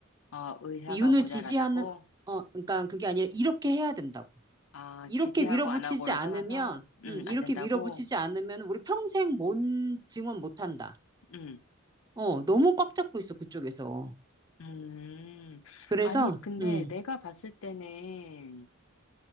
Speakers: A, on the left; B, on the right.
A: 아, 의사가
B: 윤을
A: 모자라다고?
B: 지지하는, 어, 그러니까 그게 아니라 이렇게 해야 된다고.
A: 아,
B: 이렇게
A: 지지하고
B: 밀어붙이지
A: 안 하고를
B: 않으면,
A: 떠나서, 음,
B: 음, 이렇게
A: 안 된다고?
B: 밀어붙이지 않으면 우리 평생 뭔 증언 못 한다.
A: 음,
B: 어, 너무 꽉 잡고 있어, 그쪽에서.
A: 음.
B: 그래서,
A: 아니, 근데
B: 음.
A: 내가 봤을 때는,